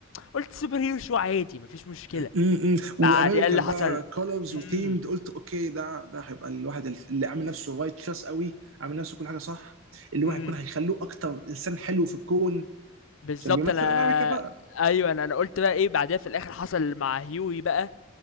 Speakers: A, on the left (about 75°); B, on the right (about 80°).
A: قلت سوبر هيرو شو عادي مفيش مشكله
B: م- م- وامريكان
A: بعديها اللي حصل
B: بقى كولرز
A: امم
B: وثيمد قلت اوكي ده ده هيبقى الواحد اللي عامل نفسه رايتشس قوي عامل نفسه كل حاجه صح اللي
A: امم
B: هو هيكون هيخلوه اكتر انسان حلو في الكون
A: بالظبط
B: عشان بيمثل
A: انا
B: امريكا بقى
A: ايوه انا انا قلت بقى ايه بعديها في الاخر حصل مع هيوي بقى